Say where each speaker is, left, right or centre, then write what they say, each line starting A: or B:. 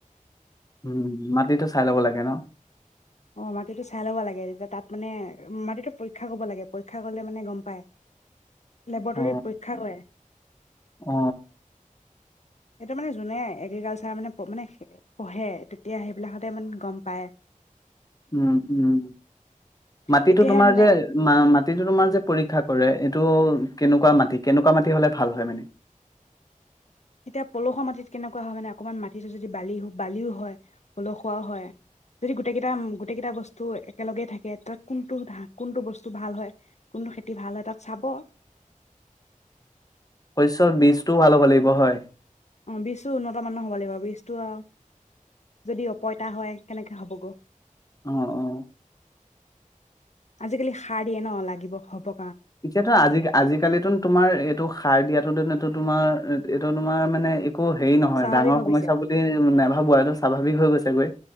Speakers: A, on the left; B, on the left.
A: উম মাটিতো চাই ল'ব লাগে ন।
B: অ মাটিতটো চাই ল'ব লাগে যেতিয়া তাত মানে মাটিটো পৰীক্ষা কৰিব লাগে পৰীক্ষা কৰিলে মানে গম পায়। লেবৰেটৰীত
A: অ
B: পৰীক্ষা কৰে।
A: অ
B: সেইটো মানে যোনে এগ্ৰিকালচাৰ মানে-মানে পঢ়ে তেতিয়া সেইবিলাকতে মানে গম পায়।
A: উম উম মাটিটো
B: তেতিয়াহে
A: তোমাৰ
B: মানে
A: যে মা-মাটিটো তোমাৰ যে পৰীক্ষা কৰে। এইটো কেনেকুৱা মাটি কেনেকুৱা মাটি হলে ভাল হয় মানে।
B: এতিয়া পলসুৱা মাটিত কেনেকুৱা হয় মানে অকনমান মাটিটো যদি বালি বালিও হয় পলসুৱাও হয় যদি গোটেই কেইটা গোটেই কেইটা বস্তু একেলগে থাকে তাত কোনটো কোনটো বস্তু ভাল হয় কোনটো খেতি ভাল হয় তাত চাব।
A: শস্য বীজটোও ভাল হ'ব লাগিব হয়।
B: অ বীজটো উন্নত মানৰ হ'ব লাগিব বীজতটো আ যদি অপইতা হয় কেনেকে হ'ব গৈ।
A: অহ-অহ।
B: আজিকালি সাৰ দিয়ে ন, লাগিব হ'ব
A: এতিয়াতো আজি আজিকালিতো তোমাৰ এইটো সাৰ দিয়াতো তোমাৰ এইটো তোমাৰ মানে একো হেৰি নহয়
B: স্বাভাৱিক
A: ডাঙৰ
B: ভাবিছে
A: সমস্যা বুলি নাভাবো এইটো স্বাভাৱিক হৈ গৈছেগৈ